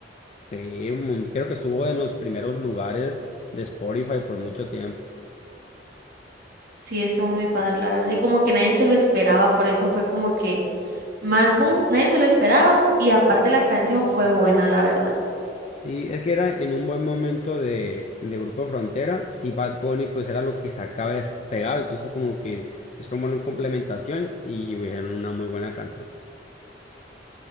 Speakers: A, on the left; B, on the right.
A: Sí, un mun- creo que estuvo en los primeros lugares de Spotify por mucho tiempo.
B: Sí, estuvo muy padre, la verdad. Y como que nadie se lo esperaba, por eso fue como que más boom, nadie se lo esperaba. Y aparte la canción fue buena, la verdad.
A: Sí, es que era en un buen momento de, de Grupo Frontera y Bad Bunny pues era lo que sacaba es- pegaba, entonces como que es una buena complementación y pues, hicieron una muy buena canción.